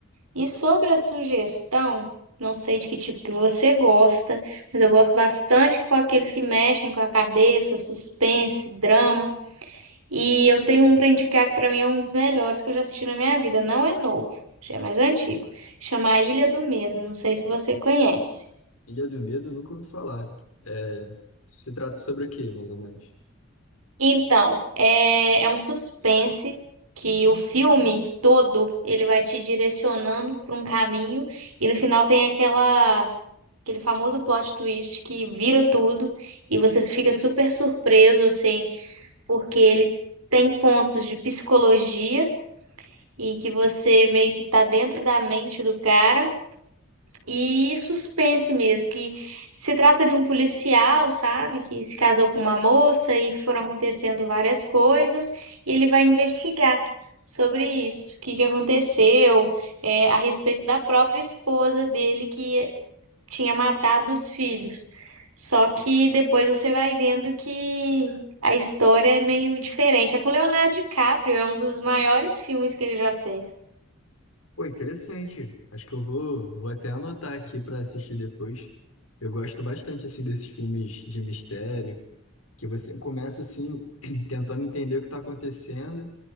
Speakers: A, on the right; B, on the left.
A: E sobre a sugestão, não sei de que tipo que você gosta, mas eu gosto bastante com aqueles que mexem com a cabeça, suspense, drama. E eu tenho um pra indicar que pra mim é um dos melhores que eu já assisti na minha vida. Não é novo, já é mais antigo. Chama A Ilha do Medo, não sei se você conhece.
B: Ilha do Medo, eu nunca ouvi falar. É, se trata sobre o quê, mais ou menos?
A: Então, é, é um suspense que o filme todo ele vai te direcionando para um caminho e no final tem aquela aquele famoso plot twist que vira tudo e você fica super surpreso assim, porque ele tem pontos de psicologia e que você meio que tá dentro da mente do cara E suspense mesmo, que se trata de um policial, sabe, que se casou com uma moça e foram acontecendo várias coisas, e ele vai investigar sobre isso, o que que aconteceu, é, a respeito da própria esposa dele que tinha matado os filhos. Só que depois você vai vendo que a história é meio diferente. É com Leonardo DiCaprio, é um dos maiores filmes que ele já fez.
B: Pô, interessante. Acho que eu vou, vou até anotar aqui para assistir depois. Eu gosto bastante assim desses filmes de mistério, que você começa assim <clears throat> tentando entender o que tá acontecendo,